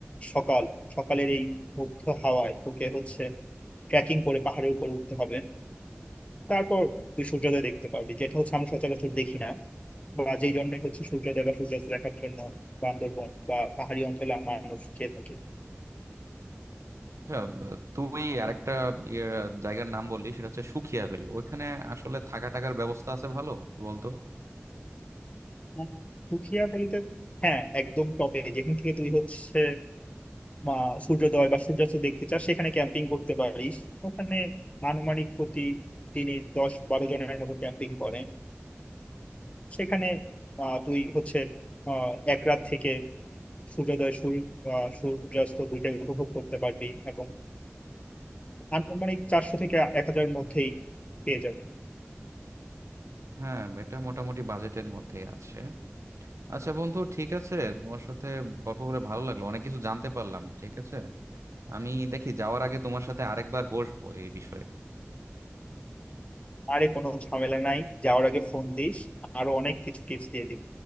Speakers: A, on the left; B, on the right.
A: সকাল সকালের এই মুগ্ধ হাওয়ায় তোকে হচ্ছে ট্রেকিং করে পাহাড়ের উপর উঠতে হবে তারপর তুই সূর্যোদয় দেখতে পারবি যেটা হচ্ছে আমরা সচরাচর দেখি না বা যেই জন্যই হচ্ছে সূর্যোদয় বা সূর্যাস্ত দেখার জন্য বান্দরবন বা পাহাড়ি অঞ্চলে মানুষ খেয়ে থাকে
B: আচ্ছা তুই আরেকটা ইয়ে জায়গার নাম বললি সেটা হচ্ছে সুখিয়া ভ্যালি ওইখানে আসলে থাকা টাকার ব্যবস্থা আছে ভালো একটু বলতো
A: উম, পুঠিয়াখালীতে হ্যাঁ একদম টপে যেখান থেকে তুই হচ্ছে মা সূর্যোদয় বা সূর্যাস্ত দেখতে চাস সেখানে ক্যাম্পিং করতে পারিস ওখানে আনুমানিক প্রতি তিনি দশ বারো জনের মতো ক্যাম্পিং করেন সেখানে আহ, তুই হচ্ছে আহ, এক রাত থেকে সূর্যোদয় সূর্য আহ, সূর্যাস্ত দুইটাই উপভোগ করতে পারবি এবং আনুমানিক চারশো থেকে এক হাজার মধ্যেই পেয়ে যাবে
B: হ্যাঁ এটা মোটামুটি বাজেটের মধ্যেই আছে আচ্ছা বন্ধু ঠিক আছে তোমার সাথে গল্প করে ভালো লাগলো অনেক কিছু জানতে পারলাম ঠিক আছে আমি দেখি যাওয়ার আগে তোমার সাথে আরেকবার বসবো এই বিষয়ে
A: আরে কোনো ঝামেলা নাই যাওয়ার আগে ফোন দিস আরো অনেক কিছু টিপস দিয়ে দিব